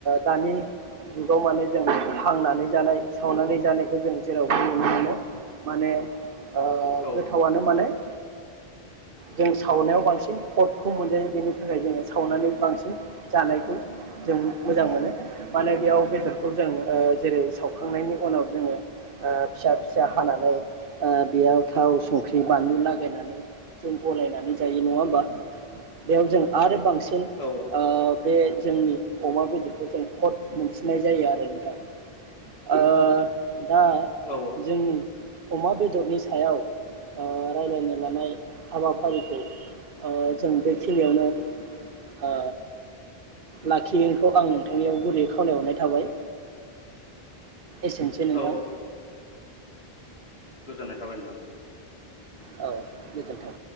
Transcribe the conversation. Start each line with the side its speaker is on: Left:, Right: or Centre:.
Right: दानि जुगाव माने जों हांनानै जानाय सावनानै जानायखौ जों जेरावबो नुनो मोनो माने। ओ
Left: औ
Right: गोथावनो माने। <inaudible> जों सावनायाव बांसिन खटखौ मोनजायो बेनि थाखाय जोंङो सावनानै बांसिन जानायखौ जों मोजां मोनो माने बेयाव बेदरखौ जों ओ जेरै सावखांनायनि उनाव जोंङो फिसा फिसा हानानै ओ बेयाव थाव संख्रि बानलु लागायनानै। जों गलायनानै जायो नंङा होमबा बेयाव जों आरो बांसिन।
Left: औ
Right: बे ओ बे। जोंनि अमा बेदरखौ जों खद मोनसिननाय जायो आरो नोंथां ओ दा
Left: औ
Right: जोंनि अमा बेदरनि सायाव ओ रायलायनो लानाय हाबाफारिखौ ओ जों बेखिनियावनो अ लाखियोखौ आं नोंथांनियाव गुरै खावलायहरनाय थाबाय। एसेनोसै नोंथां।
Left: औ गोजोननाय थाबाय नोंथां।
Right: औ गोजोन्थों